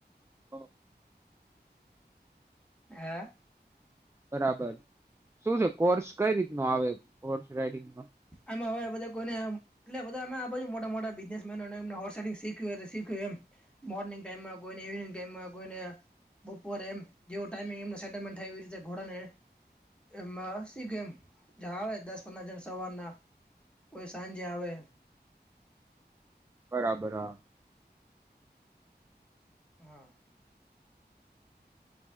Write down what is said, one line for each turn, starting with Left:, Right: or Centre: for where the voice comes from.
Right: ઓ
Centre: હા
Right: બરાબર શું છે કોર્સ કઈ રીત નો આવે હોર્સ રાઈડિંગ ન
Centre: આમાં હવે બધા કોને એમ એટલે બધા અમે આ બાજુ મોટા મોટા બિઝનેસમેના ને એમ <unintelligible> શીખવી હોય તો સીખે એમ મોર્નિંગ ટાઈમમાં કોઈને ઈવનિંગ ટાઈમમાં કોઈને બપોરે એમ જેવો ટાઈમિંગ એમ સેટલમેન્ટ થાય એવી રીતે ઘોડાને એમાં <unintelligible> આવે દસ પંદર જણ સવારના કોઈ સાંજે આવે
Right: બરાબર હા
Centre: હા